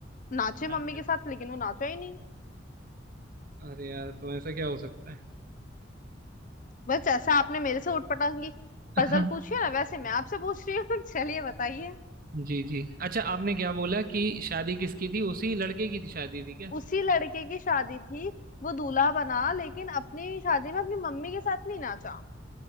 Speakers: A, on the left (about 45°); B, on the right (about 50°).
A: नाचे
B: डांस
A: मम्मी
B: पे।
A: के साथ लेकिन वो नाचा ही नहीं
B: अरे यार तो ऐसा क्या हो सकता है
A: बस जैसा आपने मेरे से उटपटांग की
B: <laughs>
A: पजल पूछी है ना वैसे मैं आपसे पूछ रही हूँ <laughs> चलिए बताइए
B: जी जी अच्छा आपने क्या बोला कि शादी किसकी थी उसी लड़के की थी शादी थी क्या
A: उसी लड़के की शादी थी वो दूल्हा बना लेकिन अपनी शादी में अपनी मम्मी के साथ नहीं नाचा